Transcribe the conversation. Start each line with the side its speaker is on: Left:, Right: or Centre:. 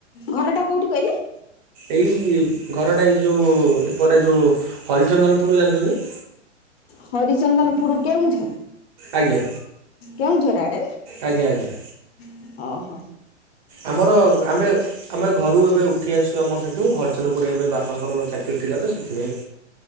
Left: ଘରଟା କୋଉଠି କହିଲେ।
Right: ଏଇ ଘରଟା ଏଇ ଯୋଉ ଏପଟେ ଯୋଉ ହରିଚନ୍ଦନ୍ପୁର ଜାଣିଚନ୍ତି।
Left: ହରିଚନ୍ଦନପୁର କେଉଁଝର
Right: ଆଜ୍ଞା
Left: କେଉଁଝର ଆଡେ ନା
Right: ଆଜ୍ଞା ଆଜ୍ଞା
Left: ଓହୋ
Right: ଆମର ଆମେ ଆମେ ଘରୁ ଏବେ ଉଠି ଆସିଚୁ ଆମର ସେଠୁ ହରିଚନପୁରରେ ଏବେ ବାପାଙ୍କର ଚାକିରି ଥିଲା ତ ସେଥିପାଇଁ